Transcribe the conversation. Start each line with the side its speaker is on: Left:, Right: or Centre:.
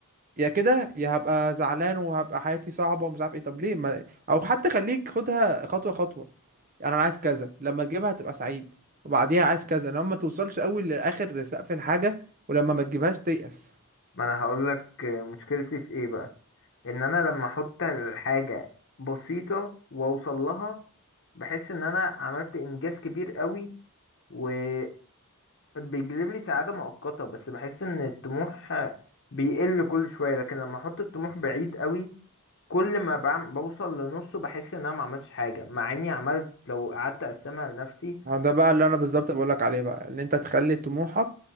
Right: يا كده يا هبقى زعلان وهبقى حياتي صعبة ومش عارف ايه طب ليه ما... او حتى خليك خدها خطوة خطوة يعني انا عايز كذا لما تجيبها هتبقى سعيد وبعديها عايز كذا انما ما توصلش قوي لاخر سقف الحاجة ولما ما تجيبهاش تيأس
Left: ما انا هقول لك مشكلتي في ايه بقى ان انا لما احط الحاجه بسيطه واوصل لها بحس ان انا عملت انجاز كبير قوي وبيجلب لي سعاده مؤقته بس بحس ان الطموح بيقل كل شويه لكن لما احط الطموح بعيد قوي كل ما بعم بوصل لنصه بحس ان انا ما عملتش حاجه مع اني عملت لو قعدت اقسمها لنفسي
Right: أهو ده بقى اللي انا بالظبط بقول لك عليه بقى ان انت تخلي طموحك